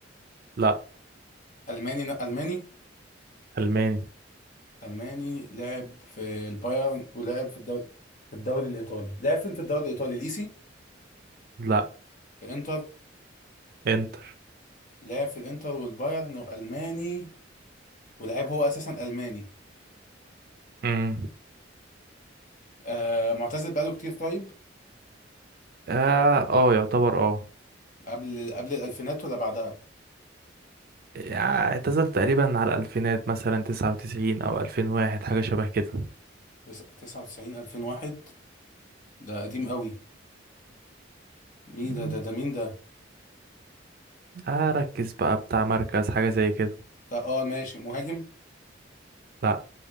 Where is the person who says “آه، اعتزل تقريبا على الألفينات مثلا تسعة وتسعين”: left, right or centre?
Right